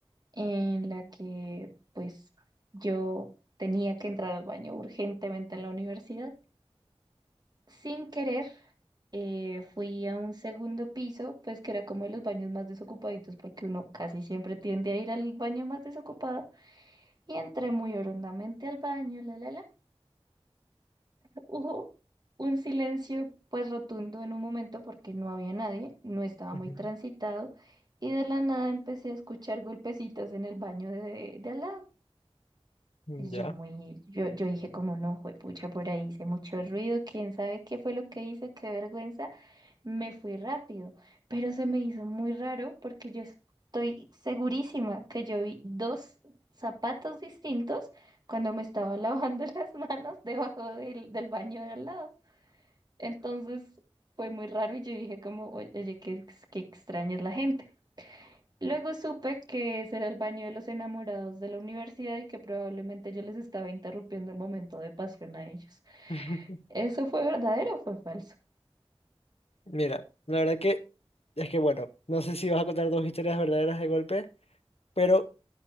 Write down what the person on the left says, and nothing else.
Ujú.
Ya.
<laughs>
Mira, la verdad que es que bueno, no sé si vas a contar dos historias verdaderas de golpe, pero